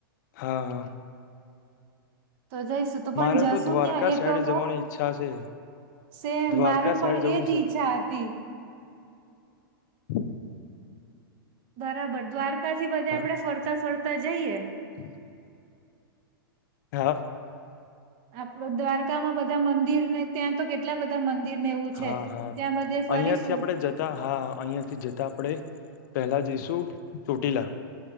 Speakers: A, on the left; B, on the right.
A: હા.
B: તો જઈશું તો પણ
A: મારે
B: જશુ
A: તો દ્વારકા
B: ક્યાં એ
A: સાઈડ
B: તો કો.
A: જવાની ઈચ્છા છે
B: સે
A: દ્વારકા
B: મારું પણ
A: સાઈડ જવું
B: એજ
A: છે
B: ઈચ્છા હતી.
A: <inaudible>
B: બરાબર દ્વારકાથી બધે
A: હા
B: આપડે ફરતા ફરતા જઈએ.
A: <inaudible> <unintelligible>
B: આપડ દ્વારકામાં બધા મંદિરને ત્યાં તો કેટલા બધા મંદિર ને એવું
A: હા,
B: છે
A: હા,
B: ત્યાં બધે ફરીશું
A: અહિયાથી આપડે જતા, હા અહિયાથી જતા આપડે પેહેલા જઈશું ચોટીલા